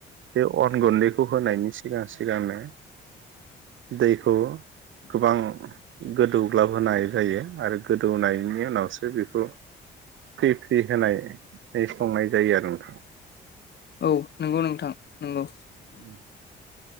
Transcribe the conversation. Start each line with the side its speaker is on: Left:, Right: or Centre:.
Right: बे। अन गुन्दैखौ होनायनि सिगां सिगांनो दैखौ गोबां गोदौग्लाबहोनाय जायो आरो गोदौनायनि उनावसो बेखौ फ्रि फ्रि होनाय। संनाय जायो आरो नोंथां।
Left: औ नंगौ नोंथां नंगौ।
Right: उ। <inaudible>